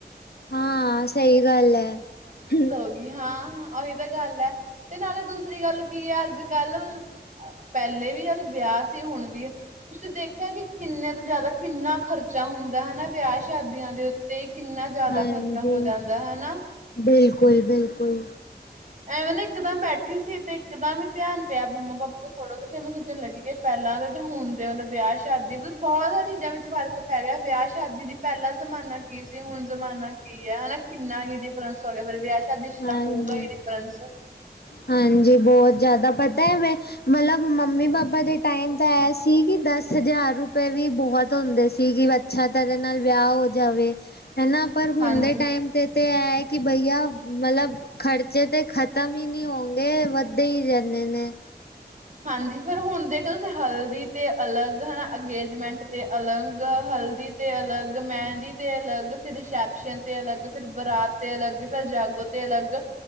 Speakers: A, on the left; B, on the right.
A: ਹਾਂ ਸਹੀ ਗੱਲ ਹੈ ਹਮ।
B: ਹਾਂ ਹਾਂ ਉਹੀ ਤਾਂ ਗੱਲ ਹੈ ਤੇ ਨਾਲੇ ਦੂਸਰੀ ਗੱਲ ਕੀ ਹੈ ਅੱਜ ਕੱਲ ਮਤਲਬ ਪਹਲੇ ਵੀ ਚੱਲ ਵਿਆਹ ਸੀ ਹੁਣ ਵੀ ਤੁਸੀਂ ਦੇਖਿਆ ਕਿ ਕਿੰਨੇ ਤੋਂ ਜ਼ਿਆਦਾ ਕਿੰਨਾ ਖਰਚਾ ਹੁੰਦਾ ਹੈਨਾ ਵਿਆਹ ਸ਼ਾਦੀਆਂ ਦੇ ਉੱਤੇ ਕਿੰਨਾ ਜ਼ਿਆਦਾ
A: ਹਾਂਜੀ
B: ਖ਼ਰਚਾ ਹੋ ਜਾਂਦਾ ਹੈਨਾ?
A: ਬਿਲਕੁਲ-ਬਿਲਕੁਲ
B: ਐਵੇਂ ਨਾ ਇੱਕਦਮ ਬੈਠੀ ਸੀ ਤੇ ਇੱਕਦਮ ਹੀ ਧਿਆਨ ਪਿਆ ਮੰਮਾ ਪਾਪਾ ਦੇ <unintelligible> ਲੱਗੀ ਗਈ ਕਿ ਪਹਿਲਾਂ ਦੇ ਤੇ ਹੁਣ ਦੇ ਮਤਲਬ ਵਿਆਹ ਸ਼ਾਦੀ ਮਤਲਬ ਬਹੁਤ ਸਾਰੀਆਂ ਚੀਜ਼ਾਂ ਵਿੱਚ ਫਰਕ ਪੈ ਗਿਆ ਵਿਆਹ ਸ਼ਾਦੀ ਦੀ ਪਹਿਲਾ ਜ਼ਮਾਨਾ ਕੀ ਸੀ ਹੁਣ ਜ਼ਮਾਨਾ ਕੀ ਹੈ ਹੈਨਾ ਕਿੰਨਾ ਹੀ ਡਿਫਰੈਂਸ ਹੋ ਗਿਆ ਪਰ ਵਿਆਹ ਸ਼ਾਦੀ ਚ
A: ਹਾਂਜੀ
B: ਤਾਂ ਹੋਊਗਾ ਹੀ ਡਿਫਰੈਂਸ
A: ਹਾਂਜੀ ਬਹੁਤ ਜ਼ਿਆਦਾ ਪਤਾ ਹੈ ਵੇ ਮਤਲਬ ਮੰਮੀ ਪਾਪਾ ਦੇ ਟਾਈਮ ਤਾਂ ਐਏ ਸੀ ਕਿ ਦਸ ਹਜ਼ਾਰ ਰੁਪਏ ਵੀ ਬਹੁਤ ਹੁੰਦੇ ਸੀ ਕਿ ਅੱਛਾ ਤਰ੍ਹਾਂ ਨਾਲ ਵਿਆਹ ਹੋ ਜਾਵੇ ਹੈਨਾ? ਪਰ ਹੁਣ
B: ਹਾਂਜੀ
A: ਦੇ ਟਾਈਮ ਤੇ ਤਾਂ ਇਹ ਹੈ ਕਿ ਬਈਆ ਮਤਲਬ ਖ਼ਰਚੇ ਤੇ ਖ਼ਤਮ ਹੀ ਨਹੀਂ ਹੋੰਗੇ ਵੱਧਦੇ ਹੀ ਰਹਿੰਦੇ ਨੇ।
B: ਹਾਂਜੀ ਫੇਰ ਹੁਣ ਦੇਖੋ ਤੁਸੀਂ ਹਲਦੀ ਤੇ ਅਲੱਗ ਹੈਨਾ ਅੰਗੇਜਮੈਂਟ ਤੇ ਅਲੱਗ ਹਲਦੀ ਤੇ ਅਲੱਗ ਮਹਿੰਦੀ ਤੇ ਅਲੱਗ ਫੇਰ ਰਿਸੈਪਸ਼ਨ ਤੇ ਅਲੱਗ ਫੇਰ ਬਰਾਤ ਤੇ ਅਲੱਗ ਫੇਰ ਜਾਗੋ ਤੇ ਅਲੱਗ